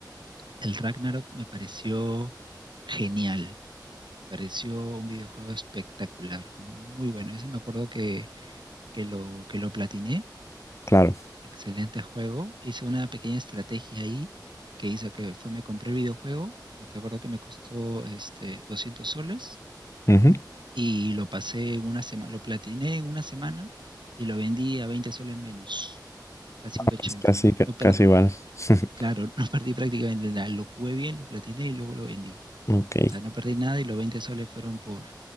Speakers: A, on the right; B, on the left.
A: el Ragnarok me pareció genial, pareció un videojuego espectacular, muy bueno. Ese me acuerdo que, que lo, que lo platiné
B: claro.
A: Excelente juego. Hice una pequeña estrategia ahí que hice que fue me compré el videojuego, me acuerdo que me costó este 200 soles
B: ujú,
A: y lo pasé en una semana, lo platiné en una semana y lo vendí a 20 soles menos, o sea, 180.
B: Pues casi,
A: No,
B: ca-
A: no per-
B: casi igual. <laughs>
A: claro, <laughs> no perdí prácticamente nada. Lo jugué bien, lo platiné y luego lo vendí.
B: Ok,
A: O sea, no perdí nada y los 20 soles fueron por,